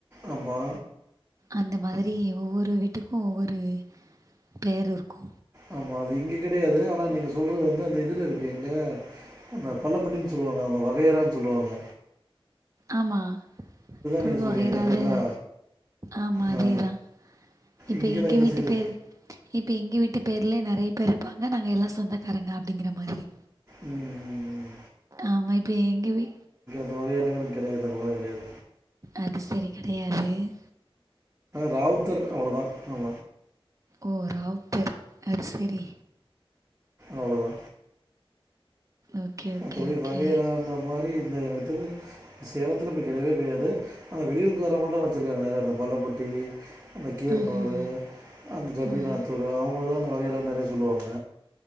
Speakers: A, on the right; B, on the right.
A: ஆமா
B: அந்த மாதிரி ஒவ்வொரு வீட்டுக்கு ஒவ்வொரு பேர் இருக்கு
A: ஆமா. அது இங்க கெடையாது ஆனா நீங்க சொல்றது வந்து அந்த இதுலருக்கு எங்க அந்த பல்லப்பட்டினு சொல்வாங்க அவுங்க வகையறானு சொல்வாங்க
B: ஆமா குடும்ப
A: நீங்க சொல்றீங்க.
B: வகையராது
A: கரெக்ட்டுங்களா?
B: ஆமா
A: ஆ.
B: அதேதா இப்ப
A: இங்கலாம்
B: எங்க
A: இந்த
B: வீட்டு
A: சைடு
B: பேர் இப்ப எங்க வீட்டு பேர்ல நெறைய பேரு பாங்க நாங்க எல்லா சொந்தக்காரங்க அப்படிங்கிற மாதிரி
A: ம். ம்.
B: ஆமா இப்ப எங்கவி
A: இந்த வகையார <unintelligible> கெடையது இந்த பக்கலா கெடையது
B: அது செரி கெடையாது <inaudible>
A: ராவுத்தர் அவ்ளோ தா அவ
B: ஓ ராவுத்தர் அத் செரி
A: அவ்ளோ தா
B: ஓகே ஓகே
A: அதுவே
B: ஓகே
A: வகையரா அந்த மாரி இந்த எனக்கு தெரிஞ்சி சேலத்துல இப்டி கெடையவே கெடையாது ஆனா வெளியூர்கு வரவங்கள தா வச்சுருக்காங்க நெறைய இந்த பள்ளப்பட்டி அந்த கீரனூர்
B: ம்
A: அந்த ஜமீநாத்தூர்
B: ம்
A: அவங்கள தா நம் வகையரா நெறைய சொல்லுவாங்க